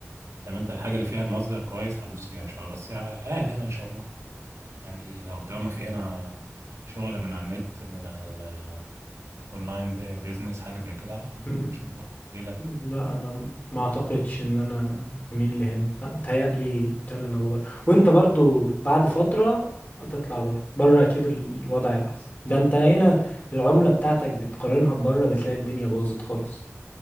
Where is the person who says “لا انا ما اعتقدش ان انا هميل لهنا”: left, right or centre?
Left